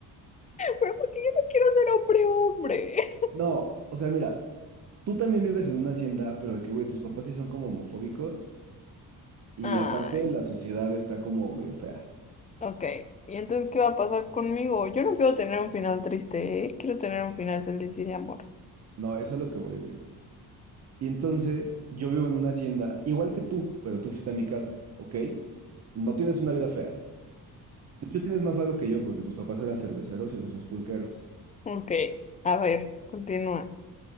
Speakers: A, on the left (about 20°); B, on the right (about 45°).
A: Pero porque yo no quiero ser hombre, hombre.
B: No, o sea, mira. Tú también vives en una hacienda, pero de que, güey, tus papás sí son como homofóbicos y
A: Ay.
B: aparte la sociedad está como medio fea.
A: Ok, ¿y entonces qué va a pasar conmigo? Yo no quiero tener un final triste, ¿eh? Quiero tener un final feliz y de amor.
B: No, es a lo que voy, güey. Y entonces yo vivo en una hacienda, igual que tú, pero tú fuiste a mi casa, ¿ok? No tienes una vida fea. De hecho, tienes más varo que yo porque tus papás eran cerveceros y los míos pulqueros.
A: Ok, a ver, continúa.